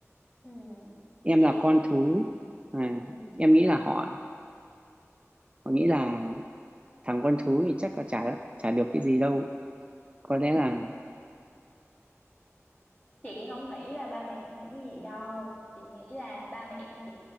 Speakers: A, on the left; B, on the right.
A: ừ
B: em
A: chị
B: là
A: nghĩ
B: con
A: là
B: thú à,
A: ừ
B: em nghĩ là họ họ nghĩ là thằng con thú thì chắc là chả chả được cái gì đâu có lẽ là
A: chị không nghĩ là ba mẹ em nghĩ như vậy đâu chị nghĩ là ba mẹ em chị